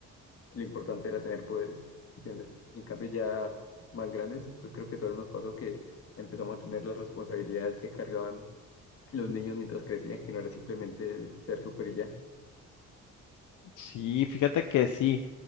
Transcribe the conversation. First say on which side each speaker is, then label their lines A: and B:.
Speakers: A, on the left; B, on the left.
A: lo importante era tener poderes, ¿entiendes? Y en cambio ya más grandes, pues creo que a todos nos pasó que empezamos a tener las responsabilidades que cargaban los niños mientras crecían, que no era simplemente ser súper y ya,
B: Sí, fíjate que sí.